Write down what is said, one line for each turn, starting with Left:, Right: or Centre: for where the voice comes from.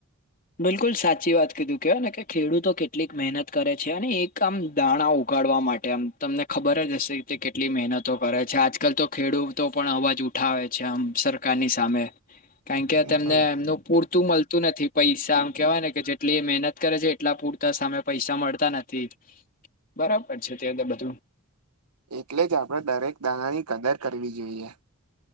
Left: બિલકુલ સાચી વાત કીધી કહેવાય ને કે ખેડૂતો કેટલી મહેનત કરે છે અને એક દાણા ઉગાડવા મા ટે અમે તમને ખબર જ હશે તે કેટલી મહેનત કરે છે આજકાલ તો ખેડૂતો પણ અવાજ ઉ ઠાવે છે આમ સરકારની સામે કારણ કે
Right: હમ
Left: તેમને એમનું પૂરતું મળતું નથી. પૈસા આમ કેવાય ને કે જેટલી એ મહેનત કરે છે એટલા પૂરતા સામે પૈસા મળતા નથી. બરાબર છે તે બધું
Right: એટલે જ આપણે દરેક દાણાની કદર કરવી જોઈએ.